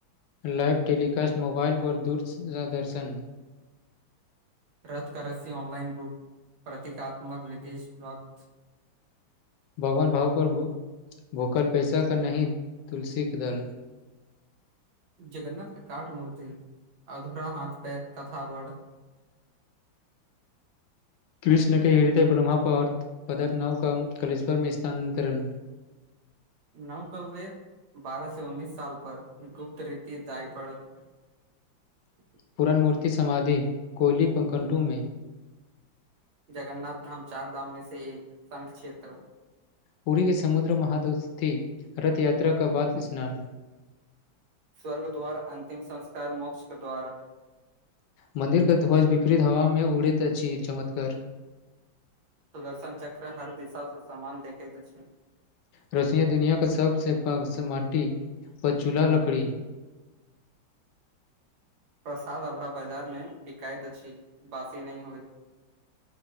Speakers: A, on the left; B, on the right.
A: लाइव टेलीकासट मोबाइल पर दूर आ दर्शन
B: रथ क रस्सि ऑनलाइन बुक प्रतीकात्मक विति वक्त
A: भगवान भाव पर भूखल पैसा क नहि तुलसी के दल
B: <inaudible> जगन्नाथ काट मूर्ति अधूरा हाथ पैर कथा बढ़ <inaudible>
A: कृष्ण के हृदय ब्रह्म पार्थ पदार नवक कलेश्वरमे स्थानानतरण
B: <inaudible> नवकलवेर बारह से उन्नीस साल पर गुप्त रीति दाय पड़ <inaudible>
A: पूरण मूर्ति समाधि कोली बाकंटुमि
B: जगन्नाथ धाम चार धाम मे से एक संघ क्षेत्र
A: पूरि के समुद्र महादोस्ती रथ यात्रा के बाद स्नान
B: स्वर्गद्वार अंतिम संस्कार मोक्ष क द्वार
A: मंन्दिर के ध्वज विपरीत हवा मे उड़ैत अछि चमतकर
B: सुदर्शन चक्र हर दिशा से सम्मान देतेत अछि
A: रशिया दुनिया के सबसे पास माटी ब चूला लकड़ी
B: <inaudible> प्रसाद हमरा बाजारमे बिकाइत अछि बासी नहि होय